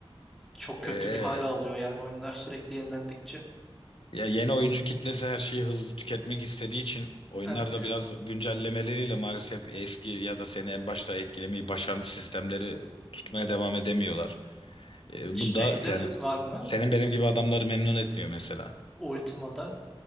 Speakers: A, in the centre; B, on the left (about 60°).
A: Çok kötü
B: Ee,
A: bir hal alıyor yani oyunlar sürekli yenilendikçe.
B: ya yeni oyuncu kitlesi her şeyi hızlı tüketmek istediği için oyunlar
A: Evet.
B: da biraz güncellemeleriyle maalesef eski ya da seni en başta etkilemeyi başarmış sistemleri tutmaya devam edemiyorlar. Ee,
A: Şeyde
B: bu yani s-
A: var mı?
B: senin benim gibi adamları memnun etmiyor mesela.
A: Ultima'da.